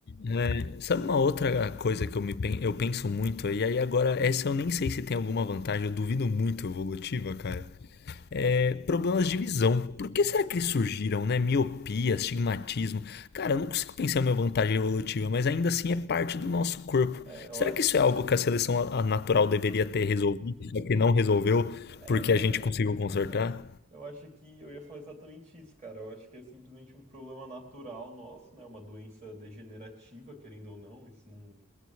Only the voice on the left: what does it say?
É, sabe uma outra coisa que eu, me, pen- eu penso muito? E aí agora, essa eu nem sei se tem alguma vantagem, eu duvido muito evolutiva, cara. É, problemas de visão. Por que será que eles surgiram, né? Miopia, astigmatismo. Cara, eu não consigo pensar em uma vantagem evolutiva, mas ainda assim é parte do nosso corpo.
Será
que isso
é
algo
que a seleção a- a natural deveria ter resolvido, só que não resolveu
porque a gente conseguiu
consertar?